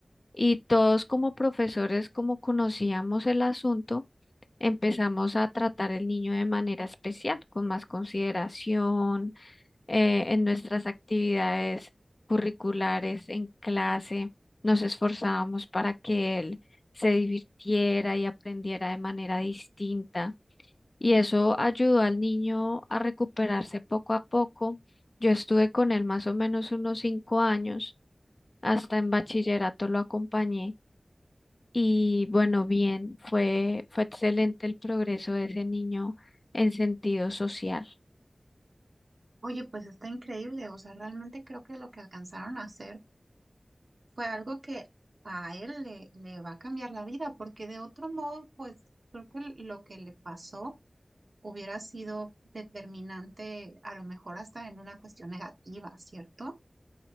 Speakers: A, on the left; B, on the right.
A: y todos como profesores, como conocíamos el asunto, empezamos a tratar el niño de manera especial, con más consideración, eh, en nuestras actividades curriculares, en clase, nos esforzábamos para que él se divirtiera y aprendiera de manera distinta. Y eso ayudó al niño a recuperarse poco a poco. Yo estuve con él más o menos unos cinco años, hasta en bachillerato lo acompañé y bueno, bien, fue, fue excelente el progreso de ese niño en sentido social.
B: Oye, pues está increíble, o sea, realmente creo que lo que alcanzaron a hacer fue algo que a él le, le va a cambiar la vida, porque de otro modo, pues creo que lo que le pasó hubiera sido determinante, a lo mejor hasta en una cuestión negativa, ¿cierto?